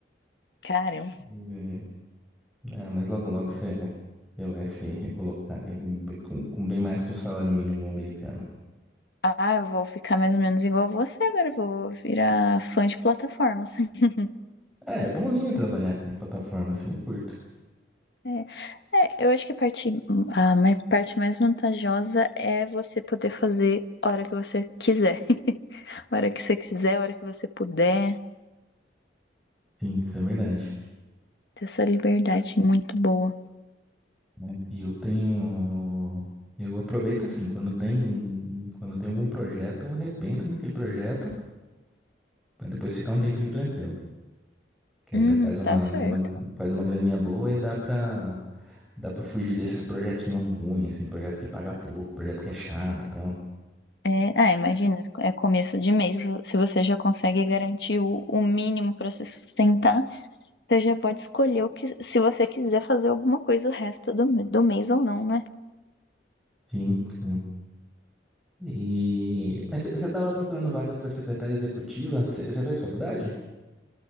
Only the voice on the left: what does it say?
Caramba.
Ah, eu vou ficar mais ou menos igual a você agora. eu Vou virar fã de plataformas. <laughs>
É. É, eu acho que a parte, a ma- parte mais vantajosa é você poder fazer a hora que você quiser. <laughs> A hora que você quiser, a hora que você puder.
Ter essa liberdade muito boa.
Hum,
tá certo.
É, ah, imagina, é começo de mês. Se você já consegue garantir o, o mínimo para se sustentar, você já pode escolher o que, se você quiser fazer alguma coisa o resto do, do mês ou não, né?